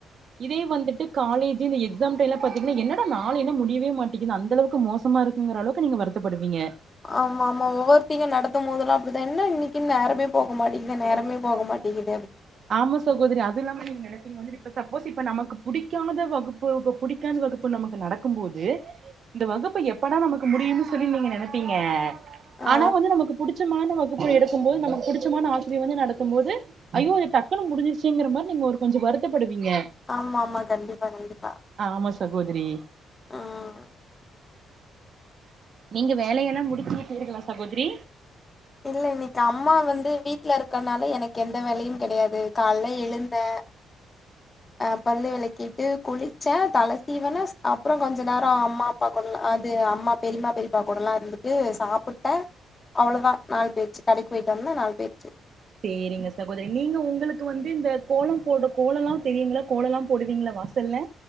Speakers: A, on the right; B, on the left.
A: இதே வந்துட்டு காலேஜ் எக்ஸ எக்ஸாம் டைம்ல பாத்தீங்கன்னா என்னோட நாள் என்ன முடியவே மாட்டேங்கது அந்தளவுக்கு மோசமா இருக்குங்கிறளவுக்கு நீங்க வருத்தப்படுவீங்க
B: ஆமா ஆமா ஒவ்வொரு பீரியட் நடக்கும் போதெல்லாம் அப்படித்தான் என்ன இன்னைக்குன்ன நேரமே போக மாட்டேிது நேரமே போக மாட்டேங்கிது
A: ஆமா சகோதரி அது இல்லாம நீங்க நெனப்பீங்க வந்து இப்ப சப் ப்போஸ் இப்ப நமக்கு புடிக்கானத வகுப்பு இப்ப பிடிக்காத வகுப்பு நமக்கு நடக்கும் போது இந்த வகுப்பு எப்படா நம்ளுக்கு முடியுனு சொல்லி நீங்க நெனப்பீங்க
B: ஆ
A: ஆனா வந்து நமக்கு புடிச்சமான வகுப் எடுக்கும் போது நமக்கு புடிச்சமான ஆசிரியர் வந்து நடத்து போது ஐயோ அது டக்குனு முடிஞ்சிருச்சிகற மாரி நீங்க ஒரு கொஞ்ஜோ வருத்தப்படு இங்க
B: ஆமா ஆமா கண்டிப்பா கண்டிப்பா
A: ஆமா சகோதிரி
B: ம்
A: நீங்க வேலையெல்லா <unintelligible> சகோத்ரி
B: இல்ல இன்னிக்கு அம்மா வந்து வீட்ல இருக்கனால எனக்கு எந்த வேலையு கெடையாது காலைல எழுந்தே ஆஹ் பல்லு வெலக்கிட்டு குளிச்சே தலசீவுனே அப்றோ கொஞ்ஜோ நேரோ அம்மா அப்பா கூட்லா இது அம்மா பெரிமா பெரிப்பா கூடலா இருந்துட்டு சாப்புட்டே அவ்ளோதா நாலு பெய்ச் கடைக்குபொயிட்டோனா நாலுபெய்ச்
A: சேரிங்க சகோதிரி நீங்க ஒங்ளுக்கு வந்து இந்த கோலம் போட கோலலா தெரியும்ளா கோலலா போடுவீங்ளா வாசல்ல